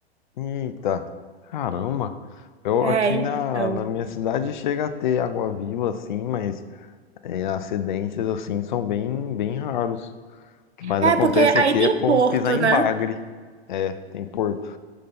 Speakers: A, on the left (about 45°); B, on the right (about 85°).
A: Eita, caramba. Eu
B: É,
A: aqui na,
B: então.
A: na minha cidade chega a ter água viva, assim, mas é, acidentes assim são bem, bem raros. O que mais
B: É,
A: acontece
B: porque aí
A: aqui
B: tem
A: é povo
B: porto,
A: pisar em
B: né?
A: bagre. É, tem porto.